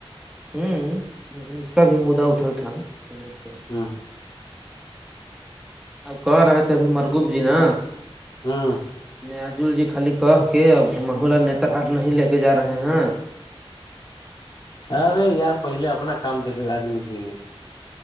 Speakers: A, in the centre; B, on the left.
A: ہ اس کا بھی مدا اٹھل تھا سن تھ
B: ہاں
A: اب کہہ رہے تھے ابھی مرگوب جی نا
B: ہاں
A: نیاجل جی خالی کہ کے اور گماہ لا نتر ہاٹ نہیں لے کے جا رہے ہیں
B: ہاںرے یار پہلے اپنا کام دھے کے آدمی کی